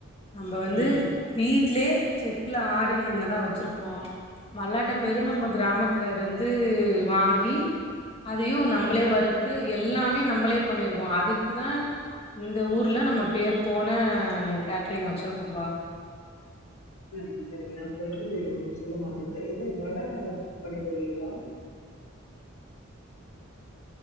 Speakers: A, on the left (about 25°); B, on the left (about 85°).
A: நம்ப வந்து.
B: ம்.
A: வீட்லயே செக்குல ஆடின எண்ண தா வச்சிருக்கோ மல்லாட்ட பைரு நம்ம கிராமத் துல இருந்து வாங்கி. அதையும நம்பளே வறுத்து எல்லாமே நம்பளே பண்ணிருக்கோ அதுக்குதா இந்த ஊர்ல நம்ம பேர் போன கேட்ரிங் வச்சுருக்கோம்ப்பா
B: சரிங்க சரிங்க அப்ப இது ஒண்ணு சொல்ல மறந்துட்ட இது வடா பண்ணி தருவீங்களா